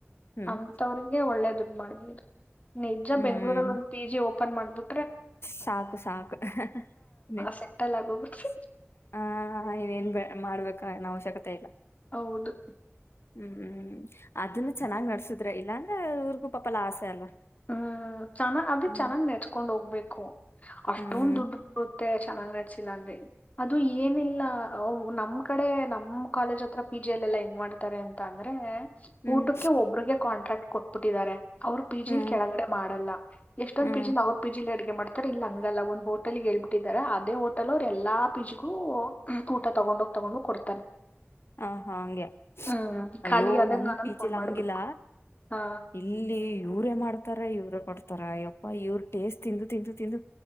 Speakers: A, on the left (about 65°); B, on the left (about 35°).
A: ಹ್ಮ್
B: ಅಂಂತವ್ರಿಗೆ ಒಳ್ಳೇದು ಮಾಡ ನಿಜ
A: ಹ್ಮ್
B: ಬೆಂಗ್ಳೂರಲ್ಲಿ ಒಂದು ಪಿ ಜಿ ಓಪನ್ ಮಾಡ್ಬಿಟ್ಟು
A: ಸಾಕು ಸಾಕು ಹ ಇನ್ನೇನ್
B: ಸೆಟಲ್ ಆಗೋಗುತ್ತೆ
A: ಬ ಮಾಡ್ಬೇಕ ಏ ಅವಶ್ಯಕತೆ ಇಲ್ಲ
B: ಹೌದು
A: ಹ್ಮ್ ಹ್ಮ್ ಅದನ್ನು ಚೆನ್ನಾಗ್ ನಡ್ಸುದ್ರ ಇಲ್ಲಾಂದ್ರೆ ಊ್ರಗೂ ಪಾಪಲ್ಲಾ ಆಸೆ ಅಲ್ಲ
B: ಹ್ಮ್ ಚೆನ್ನ ಅದೇ
A: ಹ್ಮ್
B: ಚೆನ್ನಾಗ್ ನೆಚ್ಕೊಂಡ್ ಹೋಗ್ಬೇಕು ಅಷ್ಟೊಂದು
A: ಹ್ಮ್
B: ದುಡ್ಡು ಬರುತ್ತೆ ಅ ಚೆನ್ನಾಗ್ ನಡ್ಸಿಲ್ಲ ಅಂದ್ರೆ ಅದು ಏನಿಲ್ಲ ನಮ್ಮ ಈ ಕಡೆ ನಮ್ಮ್ ಕಾಲೇಜ್ ಹತ್ರ ಪಿ ಜಿ ಎಲ್ಲ ಎಲ್ಲ ಹೆಂಗ್ ಮಾಡ್ತಾರೆ ಅಂತ ಅಂದ್ರೆ
A: ಹ್ಮ್
B: ಊಟಕ್ಕೆ ಒಬ್ಬ್ರಿಗೆ ಕಾಂಟ್ರಾಕ್ಟ್ ಕೊಟ್ಬಿಟ್ಟಿದ್ದಾರೆ ಅವರು ಪಿ ಜಿ
A: ಹ್ಮ್
B: ಕೆಳಗಡೆ ಮಾಡಲ್ಲ ಎಷ್ಟೊಂದು
A: ಹ್ಮ್
B: ಪಿ ಜಿಲಿ ಅವರು ಪಿ ಜಿಲಿ ಅಡಗೆ ಮಾಡ್ತಾರೆ ಇಲ್ಲ ಹಂಗಲ್ಲ ಒಂದು ಹೋಟಲ್ಗೆೇಳ್ಬಿಟ್ಟಿದಿದ್ದಾರೆ ಅದೇ ಹೋಟಲ್ ಅವ್ರು ಎಲ್ಲಾ ಪಿಜಗೂ ಊಟ ತಗೊಂಡೋಗಿ ತಗೊಂಡ ಕೊಡ್ತಾರೆ
A: ಹ ಹಾ ಹಂಗೆ
B: ಹ್ಮ್
A: ಅಯ್ಯೋ
B: ಖಾಲಿ ಆದಂಗ
A: ನಮ್
B: ಆದಂಗ್ ಆಗಂಗ್
A: ಪೀಚಲ್
B: ಫೋನ್ ಮಾಡ್ಬೇಕು
A: ಹಂಗಿಲ್ಲ
B: ಹಾ
A: ಇಲ್ಲಿ ಯೂರೇ ಮಾಡ್ ಕೊತಾರ ಇವ್ರ ಕೊಡ್ತಾರ ಅಯ್ಯಪ್ಪ ಇವ್ರ ಟೇಸ್ಟ್ ತಿಂದು ತಿಂದು ತಿಂದು